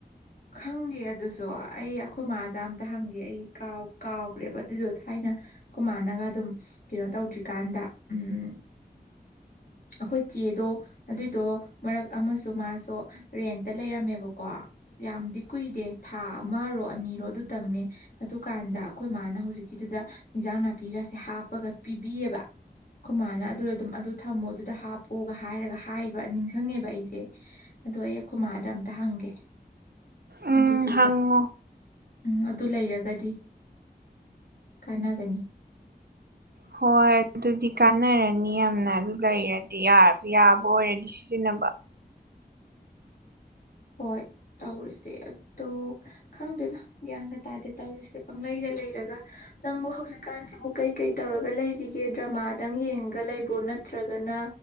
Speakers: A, on the left; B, on the right.
A: ꯈꯪꯗꯦ ꯑꯗꯨꯁꯨ ꯑꯩ ꯑꯩꯈꯣꯏ ꯃꯥꯥꯗ ꯑꯝꯇ ꯍꯪꯒꯦ ꯑꯩ ꯀꯥꯎ ꯀꯥꯎꯈ꯭ꯔꯦꯕ ꯑꯗꯨꯗꯣ ꯊꯥꯏꯅ ꯀꯃꯥꯟꯅꯒ ꯑꯗꯨꯝ ꯀꯩꯅꯣ ꯇꯧꯗ꯭ꯔꯤꯀꯥꯟꯗ ꯎꯝ ꯑꯩꯈꯣꯏ ꯆꯦꯗꯣ ꯑꯗꯨꯏꯗꯣ ꯃꯔꯛ ꯑꯃꯁꯨ ꯃꯥꯁꯨ ꯔꯦꯟꯇ ꯂꯩꯔꯝꯃꯦꯕꯀꯣ ꯌꯥꯝꯗꯤ ꯀꯨꯏꯗꯦ ꯊꯥ ꯑꯃꯔꯣ ꯑꯅꯤꯔꯣ ꯑꯗꯨꯇꯪꯅꯦ ꯑꯗꯨꯀꯥꯟꯗ ꯑꯩꯈꯣꯏ ꯃꯥꯅ ꯍꯧꯖꯤꯛꯀꯤꯗꯨꯗ ꯏꯟꯁꯥꯡ ꯅꯥꯄꯤꯒꯁꯦ ꯍꯥꯞꯄꯒ ꯄꯤꯕꯤꯌꯦꯕ ꯈꯨꯃꯥꯅ ꯑꯗꯨꯗ ꯑꯗꯨꯝ ꯑꯗꯨ ꯑꯃꯣꯗꯨꯗ ꯍꯥꯞꯄꯣꯒ ꯍꯥꯏꯔꯒ ꯍꯥꯏꯕ ꯅꯤꯡꯁꯤꯡꯉꯦꯕ ꯑꯩꯁꯦ ꯑꯗꯣ ꯑꯩꯈꯃꯥꯗ ꯑꯝꯇ ꯍꯪꯒꯦ
B: ꯎꯝ
A: ꯑꯗꯨꯏꯗꯨꯒ
B: ꯍꯪꯉꯣ
A: ꯎꯝ ꯑꯗꯨ ꯂꯩꯔꯒꯗꯤ ꯀꯥꯟꯅꯒꯅꯤ
B: ꯍꯣꯏ ꯑꯗꯨꯗꯤ ꯀꯥꯟꯅꯔꯅꯤ ꯌꯥꯝꯅ ꯑꯗꯨ ꯂꯩꯔꯗꯤ ꯌꯥꯕ ꯑꯣꯏꯔꯗꯤ ꯁꯤꯖꯤꯟꯅꯔ ꯝꯕ
A: ꯍꯣꯏ ꯇꯧꯔꯤꯁꯦ ꯑꯗꯣ ꯈꯪꯗꯦꯗ ꯒ꯭ꯌꯥꯟꯗ ꯇꯥꯗꯦ ꯇꯧꯔꯤꯁꯦ ꯄꯪꯂꯩꯗ ꯂꯩ ꯂꯩꯔꯒ ꯅꯪꯕꯨ ꯍꯧꯖꯤꯛꯀꯥꯟꯁꯤꯕꯨ ꯀꯩ ꯀꯩ ꯇꯧꯔꯒ ꯂꯩꯔꯤꯒꯦ ꯗ꯭ꯔꯃꯥꯗꯪ ꯌꯦꯡꯉꯒ ꯂꯩꯕ꯭ꯔꯣ ꯅꯠꯇ꯭ꯔ ꯅꯠꯇ꯭ꯔꯒꯅ